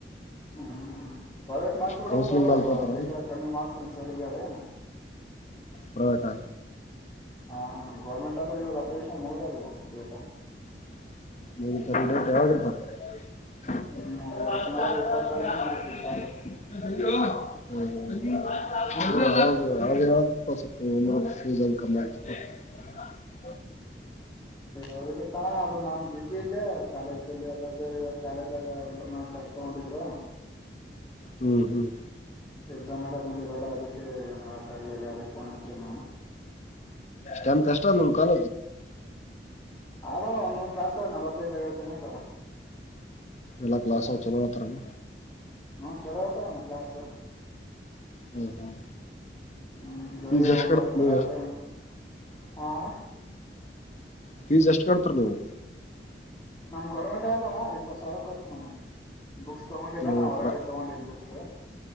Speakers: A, on the left; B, on the left.
A: ಹ್ಮ್. ಹ್ಮ ಪ್ರೈವೇಟ್ ಮಾಡಸ ಬಿಡಮ
B: ಕೌನ್ಸಿಲಿಂಗ್
A: ತಗೋ
B: ಮ್ಯಾಲ್ ತೋತಾರ
A: ಬೇಕಾದ ಕಮ್ಮಿ ಮಾಡಸ್ತನ್ ಸರಿಗಾಳೆ.
B: ಹಳಟಾ.
A: ಹಾ ಗೌರ್ಮೆಂಟ್ ಅಂದ್ರೆ ಇವಾಗ ಅಪ್ಲಿಕೇಶನ್ ಮುಗರದೇನು ಡೇಟಾ.
B: ಚ
A: ಹ್ಮ್
B: ಹಪ್ಪ.
A: ಇವತ್ತು ತಿಂಗಳ ಇಪ್ಪತ್ ತಾರೀಕ ಮುಗೀತು ಇಪ್ಪತ್ತೈದು
B: ಕಮ್ಮ
A: ಹ್ಮ್
B: ಆ.
A: ಅವತ ನಾನ. ಬಿಜಿ ಇದ್ದೆ ಕಾಲೇಜದಲ್ಲಿ ಅವರು ಬೇರೆ ಇವಾಗ ಕಾಲೇಜದಾಗ ಇಂಟರ್ನಲ್ ಟೆಸ್ಟ್ ತಗೊಂಡಿದ್ರು.
B: ಹ್ಮ್ ಹ್ಮ್
A: ಎಕ್ಸಾಮ್ ನಡೆ ಕುಚದಳ ಅದಕ್ಕೆ ಏನ ಹೇಳಾಕ ಹಗಲ್ಲೆಲಾ ಯಾರಿಗೆ ಫೋನ ಹಚ್ಚಲ
B: ನಮ್ಮದ ಎಷ್ಟ ಕಾಲ
A: ಆದಲ್ಲ ಒಂದೊಂದು ಕ್ಲಾಸನ್ಯಾಗ ನಲವತ್ತೈದ್ ಐವತ್ತು ಜನ ಇದ್ದಾರ.
B: ಎಲ್ಲಾ ಕ್ಲಾಸ ಒಳಗ ಚಲೋ ಹೇಳುತ್ತಾರೆನ
A: ಹಾ ಚಲೋ ಹೇಳ್ತಾರ ಅಣ್ಣ ಕ್ಲಾಸ
B: ಹ್ಮ್ ಹ್ಮ್
A: ಹ್ಮ್ ಬೆಳಿಗ್ಗೆ
B: ಈಗ ಎಷ್ಟ
A: ಒಂಬತ್ತು
B: <inaudible>
A: ಹತ್ತು ಗಂಟೆ. ಹಾ
B: ಫೀಜ ಎಷ್ಟ ಕಟತಿರೀ ನೀವು.
A: ನಮ್ ಗೌರ್ಮೆಂಟ್ ಆಗೇತಿ ಅಣ್ಣಾ ಇಪ್ಪತ್ತು ಸಾವಿರ ಕಟ್ಟತನ ಅಣ್ಣಾ ಬುಕ್ಸ್ ತಗೊಂಡಿಲ್ಲಾ
B: ನೀವು
A: ನಾ ಹೊರಗಡೆ
B: ಪ್ರ
A: ತೊಗೊಂಡಿನಿ ಬುಕ್ಸ್.